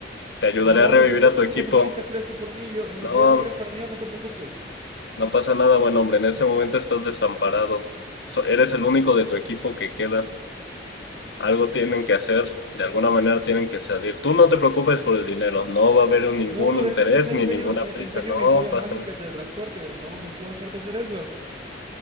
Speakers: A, on the left; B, on the right.
A: Te ayudaré
B: No,
A: a revivir
B: no te preocupes,
A: a tu equipo.
B: no tienes que hacer eso por mí. Yo, no-
A: No,
B: yo voy a ir a farmear, no te preocupes.
A: no pasa nada, buen hombre. En este momento estás desamparado. So- eres el único de tu equipo que queda. Algo tienen que hacer, de alguna manera tienen que salir. Tú no te preocupes por el dinero, no va a haber ningún
B: No,
A: interés
B: déjame que sea
A: ni
B: empeño,
A: ninguna
B: eh,
A: prisa,
B: empeño
A: no
B: mi joya
A: pasa,
B: mágica de transporte. No, no puedo dejarte hacer eso.